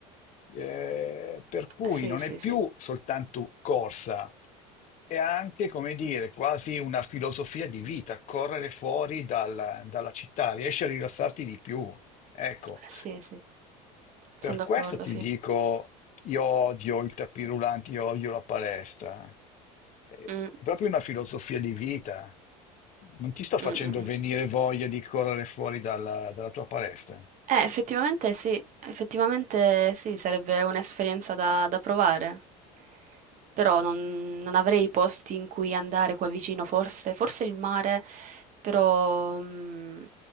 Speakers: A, on the left (about 45°); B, on the right (about 45°).
A: Eh, per cui
B: Sì,
A: non
B: sì,
A: è
B: sì.
A: più soltanto corsa, è anche, come dire, quasi una filosofia di vita, correre fuori dalla, dalla città, riesci a rilassarti di più. Ecco,
B: Sì, sì.
A: per
B: Son d'accordo,
A: questo ti
B: sì.
A: dico, io odio il tapis roulant, io odio la palestra. È
B: Mh.
A: proprio una filosofia di vita. Non ti sto facendo
B: Mh, mh,
A: venire
B: mh.
A: voglia di correre fuori dalla dalla tua palestra.
B: Eh, effettivamente sì, effettivamente sì, sarebbe un'esperienza da, da provare. Però non, non avrei posti in cui andare qua vicino, forse, forse il mare, però mm,